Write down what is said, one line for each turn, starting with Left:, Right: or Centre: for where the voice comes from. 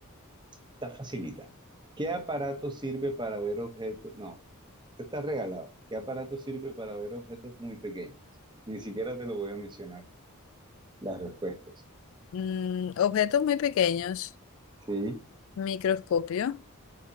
Right: Está facilita. ¿Qué aparato sirve para ver objetos? No, te estás regalado. ¿Qué aparato sirve para ver objetos muy pequeños? Ni siquiera te lo voy a mencionar las respuestas.
Left: mm, objetos muy pequeños,
Right: Sí,
Left: microscopio.